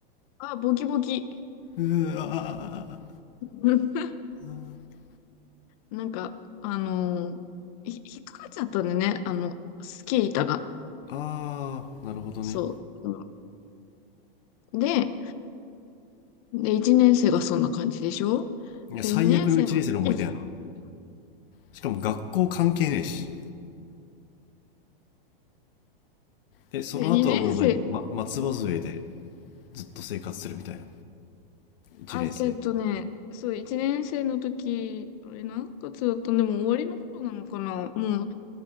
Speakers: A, on the left; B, on the left.
A: あ、ボキボキ。
B: うあ
A: <laughs>
B: ー、
A: なんか、あのーひ引っかかっちゃったんでね、あの、スキー板が。
B: あーなるほどね。
A: そう。うんで、で、1年生がそんな感じでしょ
B: いや、
A: で、
B: 最悪の一年生の思い出やな。
A: 2年生の時、<laughs>
B: しかも学校関係ねえし。え、その後はもう何ま、
A: で、2年生、
B: 松葉杖でずっと生活するみたいな。一年生。
A: あ、えっとね、そう、1年生の時、あれ何月だったんでも終わりの頃なのかなもう